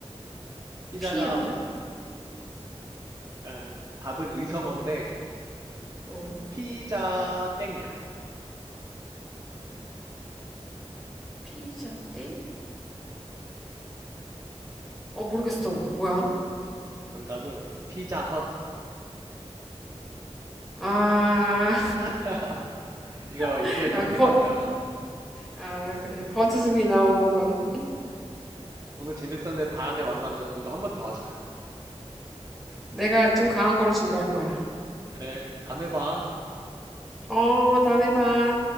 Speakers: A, on the right; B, in the centre.
A: 피자가
B: 피 아니야?
A: 뭐- 약간 답은 의성어인데
B: 어,
A: 피자 땡이야.
B: 피자 땡? 어, 모르겠어. 뭐야?
A: 정답은 피자 헛.
B: 아,
A: <laughs> 이거 인터넷
B: <laughs> 아,
A: 검색한
B: 그 허,
A: 거야.
B: 아, 그래. 헛웃음이 나오는군.
A: 오늘 재밌었는데 다음에 만나면 이거 한 번 더 하자.
B: 내가 좀 강한 걸로 준비할 거야.
A: 그래, 다음에 봐.
B: 어, 다음에 봐.